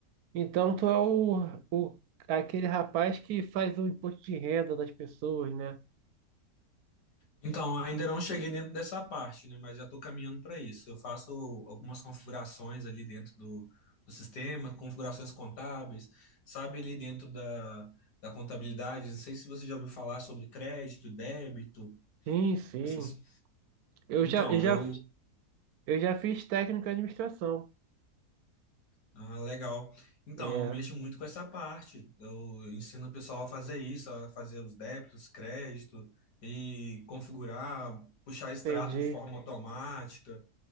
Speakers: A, on the right; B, on the left.
A: Então tu é o Aquele rapaz que faz o imposto de renda das pessoas, né?
B: Então, ainda não cheguei dentro dessa parte, né? Mas já estou caminhando para isso. Eu faço algumas configurações ali dentro do, do sistema, configurações contábeis, sabe, ali dentro da, da contabilidade. Não sei se você já ouviu falar sobre crédito, débito
A: Sim, sim.
B: essas
A: Eu
B: Então,
A: já, eu já,
B: eu.
A: eu já fiz técnico em administração.
B: Ah, legal. Então,
A: É,
B: eu mexo muito com essa parte. Eu ensino o pessoal a fazer isso, a fazer os débitos, crédito e configurar, puxar extrato
A: entendi,
B: de forma automática.